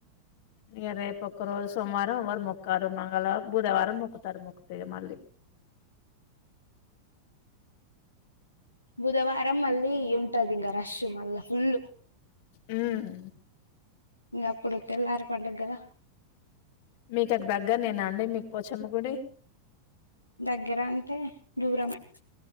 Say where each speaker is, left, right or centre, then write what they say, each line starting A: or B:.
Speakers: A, on the left (about 50°); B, on the left (about 85°).
A: అ ఇయ రేపు ఒక్క రోజు సోమవారం వరు మొక్కారు మంగళ బుధవారం మొక్కుతారు మొక్కుతే మళ్ళీ
B: బుధవారం మళ్ళీ ఉంటదింగ రష్ మళ్ళ ఫుల్లు
A: ఉమ్మ్
B: ఇంగ అప్పుడు తెల్లారు పండుగ కదా
A: మీకు అటు దగ్గరనేనా అండి మీకు పోచమ్మ గుడి
B: దగ్గర అంటే దూరమే